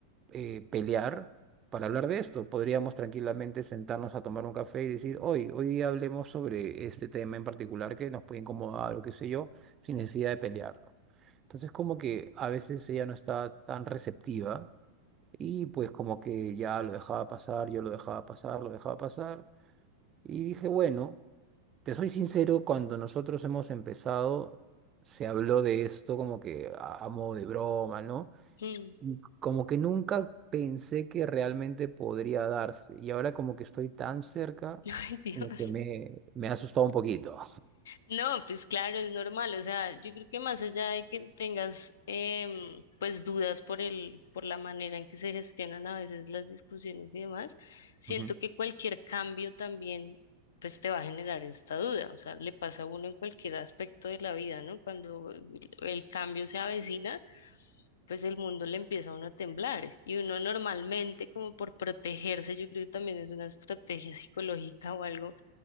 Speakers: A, on the right; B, on the left.
A: eh, pelear para hablar de esto. Podríamos tranquilamente sentarnos a tomar un café y decir, hoy, hoy día hablemos sobre este tema en particular que nos puede incomodar o qué sé yo, sin necesidad de pelear, ¿no? Entonces, como que a veces ella no está tan receptiva y pues como que ya lo dejaba pasar, yo lo dejaba pasar, lo dejaba pasar. Y dije, bueno, te soy sincero, cuando nosotros hemos empezado, se habló de esto como que a, a modo de broma, ¿no?
B: Mm.
A: y como que nunca pensé que realmente podría darse. Y ahora como que estoy tan cerca,
B: <laughs> Ay, Dios.
A: como que me, me ha asustado un poquito.
B: No, pues claro, es normal. O sea, yo creo que más allá de que tengas em, pues dudas por el, por la manera en que se gestionan a veces las discusiones y demás, siento
A: Ujú,
B: que cualquier cambio también pues te va a generar esta duda. O sea, le pasa a uno en cualquier aspecto de la vida, ¿no? Cuando el el cambio se avecina, pues el mundo le empieza a uno a temblar. Y uno normalmente como por protegerse, yo creo que también es una estrategia psicológica o algo